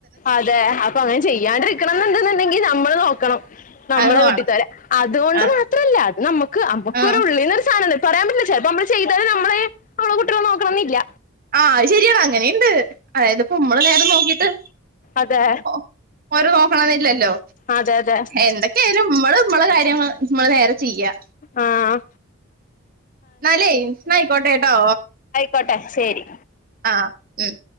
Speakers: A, on the left; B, on the right.
A: അതെ അപ്പൊ അങ്ങനെ ചെയ്യാണ്ടിരിക്കണംന്ന് ണ്ടെങ്കിൽ നമ്മള് നോക്കണം നമ്മളെ
B: അത് വേണം
A: വീട്ടിത്തോരെ അതുകൊണ്ട്
B: ആഹ്
A: മാത്രല്ല അത് നമ്മുക്ക് നമ്മുക്ക്
B: ആഹ്
A: ഉള്ളിലൊരു സാധനണ്ട് പറയാൻ പറ്റി ചെലപ്പം നമ്മള് ചെയ്താല് നമ്മളെ നമ്മളെ കുട്ടിള് നോക്കണം എന്നില്ല
B: ആഹ അത് ശരിയാണ് അങ്ങനെണ്ട് അതായത്പ്പോ മ്മള് നേരനോക്കീട്ട്
A: അതെ
B: ഓ ഓ നോക്കണന്നില്ലല്ലോ
A: അതെ അതെ
B: എന്തൊക്കെ ആയാലും മ്മള് മ്മളെ കാര്യങ്ങൾ മ്മള് നേരെ ചെയ്യ
A: ആഹ്
B: നാല്ലേ നയ്ക്കോട്ടെ ട്ടോ
A: കോട്ടെ ശരി
B: ആ ഉം